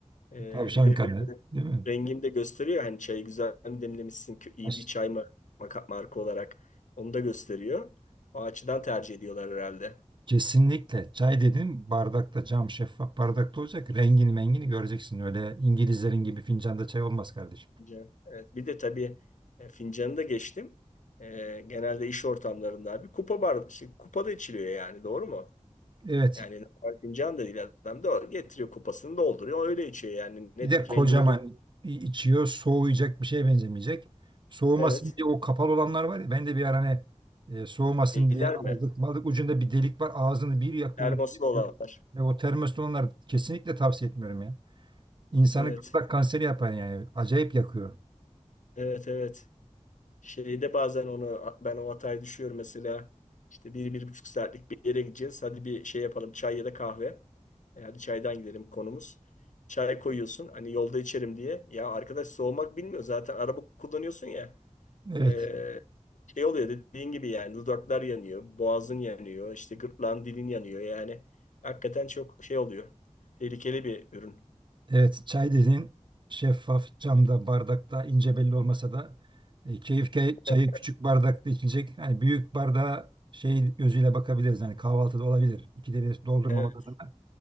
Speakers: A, on the left; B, on the right.
A: E,
B: E, Tavşan
A: bir de
B: kanı değil mi?
A: Rengini de gösteriyor. Hani çayı güzel mi demlemişsin, kö- iyi
B: Aş-
A: bir çay mı maka- marka olarak onu da gösteriyor. O açıdan tercih ediyorlar herhalde.
B: Kesinlikle çay dedim bardakta cam şeffaf bardakta olacak. Rengini mengini göreceksin öyle İngilizlerin gibi fincanda çay olmaz kardeşim.
A: Fincan. Evet. Bir de tabii e, fincanı da geçtim. E, genelde iş ortamlarında abi kupa bar, şey, kupada içiliyor yani doğru mu?
B: Evet.
A: Yani normal fincan da değil adam da getiriyor kupasını dolduruyor öyle içiyor yani net
B: Bir de kocaman
A: rengini gö-
B: içiyor. Soğuyacak bir şeye benzemeyecek. Soğumasın
A: Evet.
B: diye o kapalı olanlar var ya. Ben de bir ara hani e, soğumasın
A: Şeyler
B: diye aldık.
A: mi?
B: Malık ucunda bir delik var. Ağzını bir yakıyor.
A: Termoslu
B: Bir yakıyor.
A: olanlar.
B: Ve o termos olanlar kesinlikle tavsiye etmiyorum ya. İnsanı
A: Evet.
B: gırtlak kanseri yapar yani. Acayip yakıyor.
A: Evet evet. Şeyde bazen onu ben o hataya düşüyorum mesela. İşte bir, bir buçuk saatlik bir yere gideceğiz. Hadi bir şey yapalım çay ya da kahve. E, hadi çaydan gidelim konumuz. Çay koyuyorsun hani yolda içerim diye. Ya arkadaş soğumak bilmiyor zaten araba kullanıyorsun ya.
B: Evet.
A: E, şey oluyor dediğin gibi yani dudaklar yanıyor, boğazın yanıyor, işte gırtlağın dilin yanıyor yani. Hakikaten çok şey oluyor. Tehlikeli bir ürün.
B: Evet, çay dedin şeffaf camda, bardakta ince belli olmasa da e, keyif ke- çayı
A: Evet.
B: küçük bardakta içilecek. Hani büyük bardağa şey gözüyle bakabiliriz. Hani kahvaltıda olabilir. İkide bir doldurmamak
A: Evet.
B: adına.